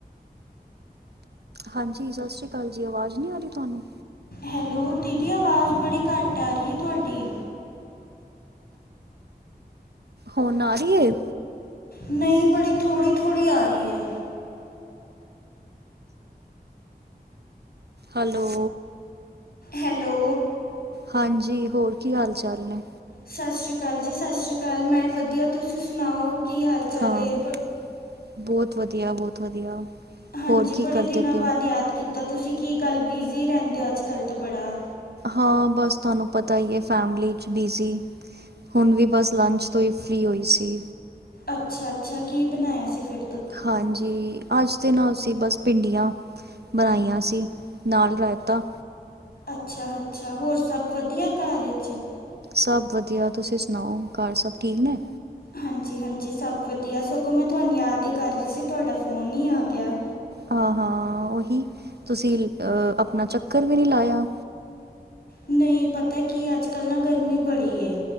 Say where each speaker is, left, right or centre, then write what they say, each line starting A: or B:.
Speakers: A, on the right (about 75°); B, on the left (about 65°).
A: ਹਾਂਜੀ ਸਾਸ੍ਰੀ ਕਾਲ ਜੀ ਅਵਾਜ਼ ਨੀ ਆ ਰਈ ਤੁਹਾਨੂੰ?
B: ਹੈਲੋ, ਦੀਦੀ ਆਵਾਜ਼ ਬੜੀ ਘੱਟ ਆ ਰੀਏ ਤੋਆਡੀ।
A: ਹੁਨ ਆ ਰੀ ਏ?
B: ਨਈ, ਬੜੀ ਥੋੜੀ-ਥੋੜੀ ਆ ਰੀ ਏ।
A: ਹਲੋ।
B: ਹੈਲੋ।
A: ਹਾਂਜੀ, ਹੋਰ ਕੀ ਹਾਲ ਚਾਲ ਨੇ?
B: ਸਾਸਰੀ ਕਾਲ ਜੀ, ਸਾਸਰੀ ਕਾਲ ਮੈਂ ਵਦੀਆ, ਤੁਸੀ ਸੁਨਾਓ, ਕੀ ਹਾਲ ਚਾਲ
A: ਹਾਂ,
B: ਹੈ ਬ
A: ਬੋਤ ਵਦੀਆ, ਬੋਤ ਵਧੀਆ।
B: ਹਾਂਜੀ,
A: ਹੋਰ ਕੀ
B: ਬੜੇ
A: ਕਰਦੇ
B: ਦਿਨਾਂ
A: ਪਏ ਹੋ
B: ਬਾਦ ਯਾਦ ਕੀਤਾ, ਤੁਸੀ ਕੀ ਗਾੱਲ ਬਿਜ਼ੀ ਰੈਂਦੇ ਓ ਅੱਜ-ਕੱਲ ਤਾਂ ਬੜਾ
A: ਹਾਂ, ਬਸ ਤਾਨੂੰ ਪਤਾ ਈ ਏ, ਫੈਮਲੀ ਚ ਬਿਜ਼ੀ ਹੁਨ ਵੀ ਬਸ ਲੰਚ ਤੋਂ ਈ ਫਰੀ ਹੋਈ ਸੀ।
B: ਅੱਛਾ-ਅੱਛਾ ਕੀ ਬਨਾਇਆ ਸੀ ਫੇਰ?
A: ਹਾਂਜੀ। ਜੀ ਅੱਜ ਤੇ ਨਾ ਅਸੀ ਬੱਸ ਭਿੰਡੀਆਂ ਬਨਾਈਆ ਸੀ ਨਾਲ ਰਾਈਤਾ
B: ਅੱਛਾ-ਅੱਛਾ ਹੋਰ ਸਭ ਵਧੀਆ ਘਰ ਚ?
A: ਸਬ ਵਧੀਆ, ਤੁਸੀ ਸੁਨਾਓ ਘਰ ਸਬ ਠੀਕ ਨੇ?
B: ਹਾਂਜੀ-ਹਾਂਜੀ ਸਬ ਵਦੀਆ, ਸਗੋ ਮੈਂ ਤੁਹਾਨੂੰ ਯਾਦ ਈ ਕਰ ਰੀ ਸੀ, ਤੁਹਾਡਾ ਫੋਨ ਈ ਆ ਗਿਆ।
A: ਹਾਂ-ਹਾਂ ਓਹੀ ਤੁਸੀ ਅ ਆਪਨਾ ਚੱਕਰ ਵੀ ਨੀ ਲਾਇਆ।
B: ਨਈ ਪਤਾ ਕੀ ਅੱਜ-ਕੱਲ ਨਾ ਗਰਮੀ ਬੜੀ ਏ,